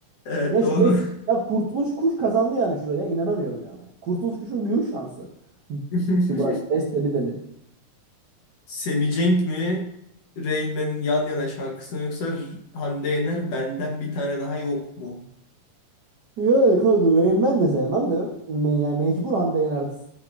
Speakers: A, on the left; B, on the right.
A: Evet
B: Ya
A: doğru.
B: şu es ya Kurtuluş Kuş kazandı yani şuraya. İnanamıyorum yani. Kurtuluş Kuş'un büyük şansı.
A: <laughs>
B: Ki Burak es dedi dedi.
A: Semicenk mi? Rain Man'in Yan Yana şarkısı mı yoksa Hande Yener Benden Bir Tane Daha Yok mu?
B: Ya kanka Rain Man de sevmem de me ya mecbur de yani